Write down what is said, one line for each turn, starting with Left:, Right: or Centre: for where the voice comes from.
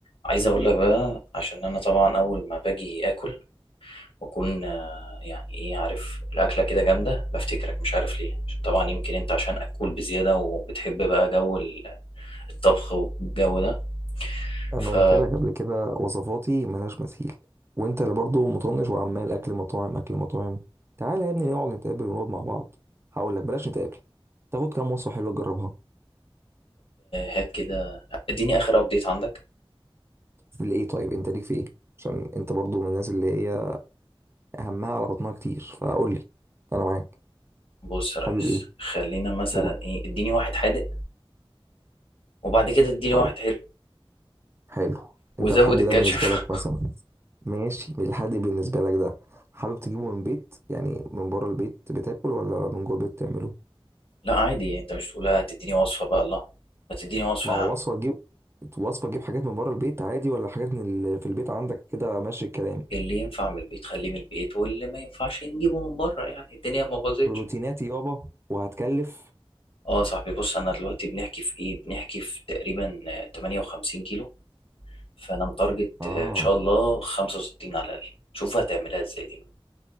Left: عايز اقول لك بقى عشان انا طبعا اول ما باجي اكل واكون آه، يعني ايه عارف الاكله كده جامده بفتكرك مش عارف ليه عشان طبعا يمكن انت عشان اكول بزياده وبتحب بقى جو ال- الطبخ والجو ده
Right: انا
Left: فطب
Right: قلت لك قبل كده وصفاتي ملهاش مثيل وانت اللي برضه مطنش وعمال اكل مطاعم اكل مطاعم تعالى يا ابني نقعد نتقابل ونقعد مع بعض هقول لك بلاش نتقابل تاخد كام وصفه حلوه تجربها
Left: هات كده اديني اخر ابديت عندك
Right: لإيه طيب انت ليك في ايه عشان انت برضه من الناس اللي هي همها على بطنها كتير فقول لي انا معاك
Left: بص يا
Right: حابب
Left: ريس
Right: ايه
Left: خلينا مثلا
Right: قول
Left: ايه اديني واحد حادق وبعد كده اديني
Right: طيب
Left: واحد حلو
Right: حلو
Left: وزود
Right: انت الحد
Left: الكاتشب
Right: ده بالنسبه لك مثلا
Left: <laughs>
Right: ماشي الحد بالنسبه لك ده حابب تجيبه من بيت يعني من بره البيت بتاكل ولا من جوه البيت تعمله
Left: لا عادي انت مش تقولها تديني وصفه بقى الله ما تديني وصفه
Right: ما
Left: يا
Right: هو
Left: عم
Right: وصفة تجيب وصفة تجيب حاجات من بره البيت عادي ولا حاجات من ال... في البيت عندك كده ماشي الكلام
Left: اللي ينفع من البيت خليه من البيت واللي ما ينفعش نجيبه من بره يعني الدنيا ما باظتش
Right: بروتينات يابا وهتكلف
Left: اه يا صاحبي بص انا دلوقتي بنحكي في ايه بنحكي في تقريبا آه، 58 كيلو فانا متارجت
Right: اه
Left: آه، ان شاء الله 65 على الاقل شوف هتعملها ازاي دي بقى.